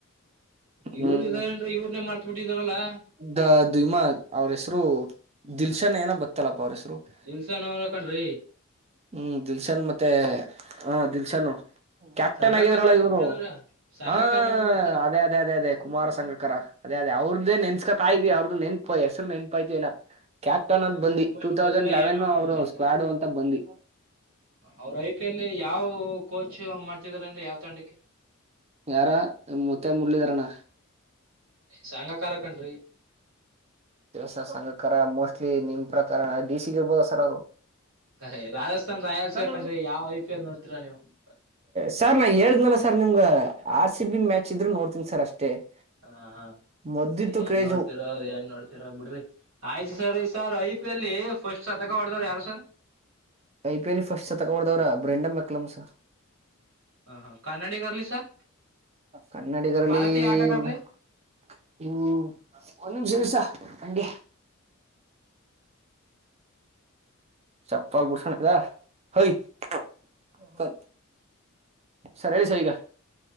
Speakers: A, on the right; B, on the right.
A: ಹ್ಮ್
B: ಇವ್ ಇದಾರ ಏನ್ರಿ ಇವ್ರನೆೇ ಮರತ ಬಿಟ್ಟಿದಾರಲ್ಲಾ?
A: ದ ದಿಮ್ ಅವ್ರ ಹೆಸರು ದಿಲ್ಶನ್ ಏನೋ ಬತ್ತಲ್ಲಪ್ಪ ಅವ್ರ ಹೆಸರು. <inaudible>
B: ದಿಲ್ಶನ್ ಅವನೇ ಕಣ್ರಿ. <inaudible>
A: ಹೂ ದಿಲ್ಶನ್ ಮತ್ತೆ ಹ ದಿಲ್ಶನು <inaudible> ಕ್ಯಾಪ್ಟನ್
B: ಸಂಘಕಾರನೇ
A: ಆಗಿದ್ರಲ್ಲ
B: ಬಿಡ್ಬಿಟ್ಟಿದಾರ
A: ಇವ್ರು
B: ಸಂಘಕಾರನೇ
A: ಹಾ
B: ಬಿಡ್ಬಿಟ್ಟಿದಾರಲ್ಲ
A: ಅದೇ ಅದೇ ಅದೇ ಅದೇ ಕುಮಾರ ಸಂಘಕರ ಅದೇ ಅದೇ ಅವ್ರದ್ದ ನೆನಸಕ್ಕತಾ ಇದಿಯಾ ಅವ್ರದ ನೆನಪ ಹೆಸರು ನೆನಪ ಆಯ್ತ ಇಲ್ಲ. <inaudible> ಕ್ಯಾಪ್ಟನ್ ಅಂತ
B: ನಮ್
A: ಬಂದಿ
B: ನಿಮ್ಮಷ್ಟು
A: ಟೂ ತೌಸಂಡ್
B: ಗೊತ್ತಿಲ್ಲ
A: ಲೆವೆನ್
B: ಏನೋ
A: ಅವರು
B: ಒಂದ್ ಸ್ವಲ್ಪ
A: ಸ್ಕ್ವಾಡು ಅಂತ ಬಂದಿ.
B: ಅವರ ಐ ಪಿ ಎಲ್ ಯಾವ ಕೋಚ್ ಮಾಡ್ತಿದಾರ ಯಾವ್ ತಂಡಕ್ಕೆ. <inaudible>
A: ಯಾರ ಮುತ್ತೆ ಮುರ್ಳಿದಾರಣ್ಣ. <inaudible>
B: ಸಂಘಕಾರ ಕಣ್ರಿ. <inaudible>
A: ಸ ಸಂಘಕಾರ ಮೋಸ್ಟ್ಲಿ ನಿಮ್ಮ ಪ್ರಕಾರ ಡಿ ಸಿಗ ಬೋಳಸತ್ತರ ಅವರು
B: ಹ ಹೈ ರಾಜಸ್ಥಾನ್ ರಾಯಲ್ಸ್ಗೆ
A: ಸರ್
B: ಕಂಡ್ರಿ ಯಾವ್ ಐ ಪಿ ಎಲ್ ನೋಡ್ತೀರಾ ನೀವು? <inaudible>
A: ಸರ್ ನಾ ಹೇಳಿದ್ನಲ್ಲ ಸರ್ ನಿಮಗ ಆರ್ ಸಿ ಬಿ ಮ್ಯಾಚ್ ಇದ್ರು ನೋಡ್ತೀನಿ ಸರ್ ಅಷ್ಟೇ. <inaudible>
B: ಹ ಹ
A: ಮೊದ್ದಿತ್ತು
B: ಏನ್
A: ಕ್ರೇಜು
B: ನೋಡ್ತೀರಾ ಏನ್ ನೋಡ್ತೀರಾ ಬಿಡ್ರಿ. ಆಯ್ತು ಸರಿ ಸರ್ ಐ ಪಿ ಎಲ್ಲಿ ಫಸ್ಟ್ ಶತಕ ಹೊಡದವರು ಯಾರು sir <inaudible>
A: I P L first ಶತಕ ಹೊಡದವರ ಬ್ರೆಂಡಮ ಅಕಲಮ್ಮ ಸ
B: ಹ ಹಾ ಕನ್ನಡಿಗರ್ಲಿ ಸರ್
A: ಕನ್ನಡಿಗರಲ್ಲಿ,
B: ಭಾರತೀಯ ಆಟಗಾರ್ಲಿ
A: <inaudible> ಹೂ ಒಂದ ನಿಮಿಷ ಇರಿ ಸರ್ ಹಂಗೆ. <inaudible> ಚಪ್ಪಲ ಬುಷಣ ಕದಾ ಹೈ <inaudible> ಹ ಸರ್ ಹೇಳಿ ಸರ್ ಈಗ. <inaudible>